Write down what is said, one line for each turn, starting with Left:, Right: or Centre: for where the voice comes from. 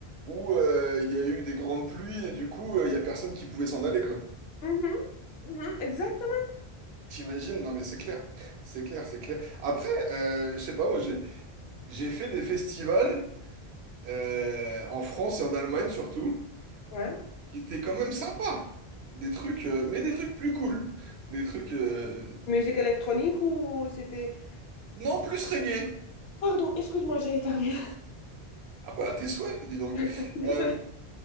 Right: où euh, il y a eu des grandes pluies et du coup, euh, il y a personne qui pouvait s'en aller, quoi.
Left: Mhm, mhm, exactement.
Right: T'imagines? Non, mais c'est clair. C'est clair, c'est clair. Après, euh, je sais pas, moi, j'ai, j'ai fait des festivals euh, en France et en Allemagne surtout,
Left: Ouais.
Right: qui étaient quand même sympas. Des trucs, euh, mais des trucs plus cool. Des trucs. euh,
Left: Musique électronique ou c'était...
Right: Non, plus reggae.
Left: Pardon, excuse-moi, j'ai éternué.
Right: Ah bah, tes souhaits, dis donc.
Left: <laughs> Désolée.
Right: Euh,